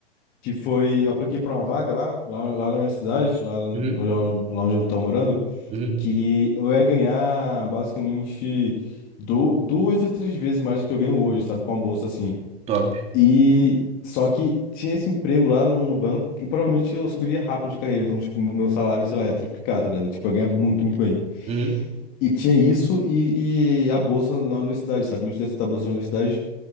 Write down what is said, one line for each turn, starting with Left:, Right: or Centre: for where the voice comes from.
Left: Que foi, eu apliquei pra uma vaga lá, lá, lá na minha cidade, lá, no-
Right: Uhum,
Left: lá onde eu tô morando.
Right: uhum,
Left: que eu ia ganhar basicamente du- duas a três vezes mais do que eu ganho hoje, sabe? Com a bolsa assim.
Right: top.
Left: E só que tinha esse emprego lá no, no banco e provavelmente eu subiria rápido de carreira. Então, tipo, meu salário, sei lá, ia triplicar, tá ligado? Tipo, eu ia ganhar muito, muito bem.
Right: Uhum.
Left: E tinha isso e, e a bolsa na universidade, sabe? Antes de aceitar a bolsa na universidade.